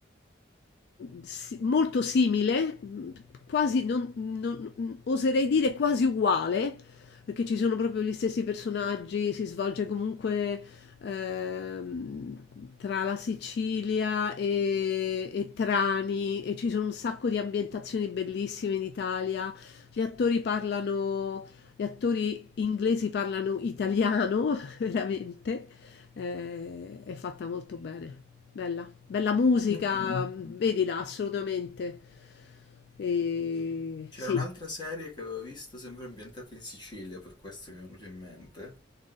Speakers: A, on the left; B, on the left.
A: si- molto simile, mh, quasi, non, non- oserei dire quasi uguale perché ci sono proprio gli stessi personaggi, si svolge comunque ehm, tra la Sicilia e, e Trani e ci sono un sacco di ambientazioni bellissime in Italia. Gli attori parlano, gli attori inglesi parlano italiano, <laughs> veramente. Eh, è fatta molto bene. Bella, bella musica,
B: Ok.
A: vedila assolutamente. E-
B: C'era
A: sì,
B: un'altra serie che avevo visto sempre ambientata in Sicilia, per questo mi è venuto in mente.